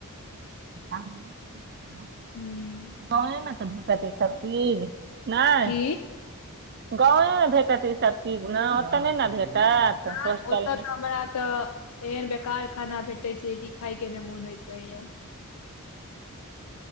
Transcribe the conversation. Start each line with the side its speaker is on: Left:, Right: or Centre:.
Right: आ <inaudible>
Left: हूँ
Right: गाँव मे तऽ सबजी नहि
Left: की
Right: गाँव मे भेटत ई सबचीज ओते नहि ने भेटत
Left: नहि
Right: होस्टलमे
Left: ओतऽ तऽ हमरा तऽ एहन बेकार खाना भेटे छै कि खाय के नहि मोन होइत रहैया